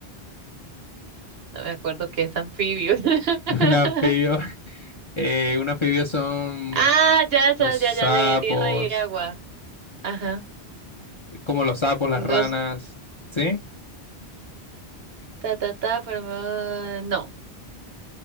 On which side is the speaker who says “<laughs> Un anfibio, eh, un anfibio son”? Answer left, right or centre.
Left